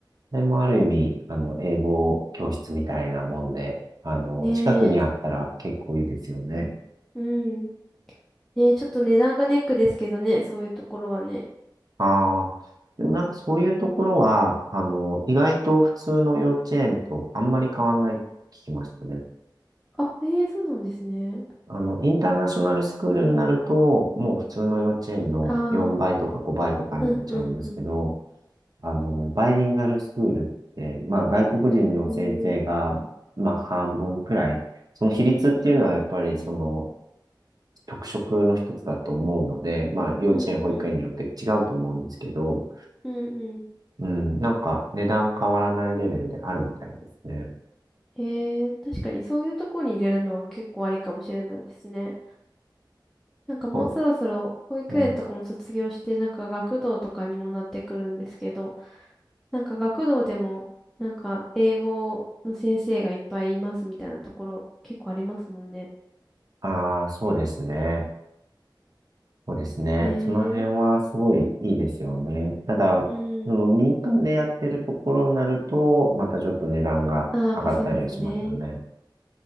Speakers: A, on the right; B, in the centre.
A: でもある意味、あの、英語教室みたいなもんで、あの、
B: ねえ、
A: 近くにあったら結構いいですよね。
B: うん。ねえ、ちょっと値段がネックですけどね、そういうところはね。
A: ああ、でもなんかそういうところは、あの、意外と普通の幼稚園とあんまり変わんないって聞きましたね。
B: あ、ええそうなんですね。
A: あの、インターナショナルスクールになると、もう普通の幼稚園の4倍とか5倍とかになっちゃうんですけど、
B: ああ、うん、うん、うん。
A: あの、バイリンガルスクールって、まあ外国人の先生が、
B: へえ、う
A: まあ半分くらい、その比率っていうのはやっぱりその
B: ーん、
A: 特色の一つだと思うので、まあ幼稚園、
B: うん、
A: 保育園によって違うと思うんですけど、
B: うん、うん、うん。
A: うん、なんか値段変わらないレベルであるみたいですね。
B: へえ、確かにそういうところに入れるのは結構ありかもしれないですね。なんかもうそろそろ保育園とかも卒業して、
A: そううん、
B: なんか学童とかにもなってくるんですけど、なんか学童でも、なんか英語の先生がいっぱいいますみたいなところ結構ありますもんね。
A: ああ、そうですね。そうですね。
B: へ
A: その辺はすごいいいですよね。
B: え、
A: ただ、
B: うん。
A: その民間でやってるところになると、またちょっと値段が上がったりはしますよね。
B: ああ、まあそうですね。